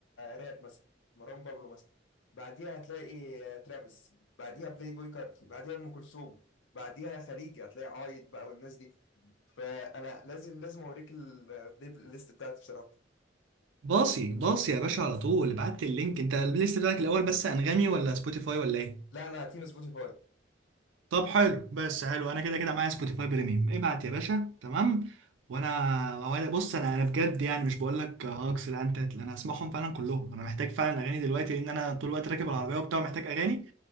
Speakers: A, on the left (about 75°); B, on the right (about 85°).
A: راب مثلا مروان بابلو مثلا بعديها هتلاقي آه، ترافيس بعديها بلاي بوي كارتي بعديها ام كلثوم بعديها خليجي هتلاقي عايد بقى والناس دي فانا لازم لازم اوريك البلاي ليست بتاعتي بصراحه
B: باصي باصي يا باشا على طول ابعت لي اللينك انت البلاي ليست بتاعك الاول بس انغامي ولا سبوتيفاي ولا ايه
A: لا لا تيم سبوتيفاي
B: طب حلو بس حلو انا كده كده معايا سبوتيفاي بريميوم ابعت يا باشا تمام وانا وانا بص انا انا بجد يعني مش بقول لك هاكس لا انت انا هسمعهم فعلا كلهم انا محتاج فعلا اغاني دلوقتي لان انا طول الوقت راكب العربيه وبتاع محتاج اغاني